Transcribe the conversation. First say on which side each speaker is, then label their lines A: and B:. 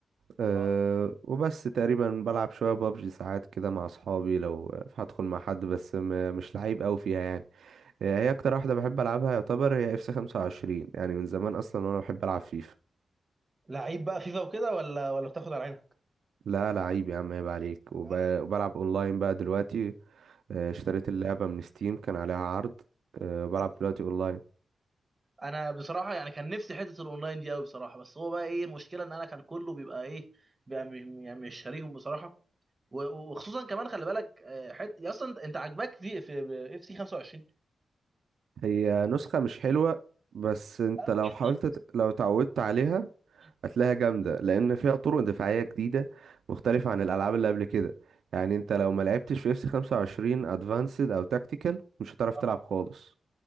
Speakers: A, on the right; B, on the right.
A: آه،
B: اه
A: وبس تقريبا بلعب شوية بابجي ساعات كده مع اصحابي لو آه، هدخل مع حد بس م- مش لعيب قوي فيها يعني آه، هي اكتر واحدة بحب العبها يعتبر هي اف سي 25 يعني من زمان اصلا وانا بحب العب فيفا
B: لعيب بقى فيفا وكده ولا ولا بتاخد على عينك
A: لا لعيب يا عم عيب عليك وب...
B: جدع
A: وبلعب اونلاين بقى دلوقتي آه، اشتريت
B: اه
A: اللعبة من ستيم كان عليها عرض آه، بلعب
B: حلو
A: دلوقتي
B: ده
A: اونلاين
B: انا بصراحه يعني كان نفسي حته الاونلاين دي قوي بصراحه بس هو بقى ايه المشكله ان انا كان كله بيبقى ايه بيبقى م- يعني مش شاريهم بصراحه و- و- وخصوصا كمان خلي بالك حته اصلا انت أنت عاجباك في في اف سي 25
A: هي نسخة مش حلوة بس انت
B: أو
A: لو
B: جدا
A: حاولت
B: بس
A: ت- لو اتعودت عليها
B: مم.
A: هتلاقيها جامدة لأن فيها طرق دفاعية جديدة مختلفة عن الألعاب اللي قبل كده يعني انت لو ما لعبتش في اف 25 ادفانسد او تاكتيكال مش هتعرف
B: اه
A: تلعب خالص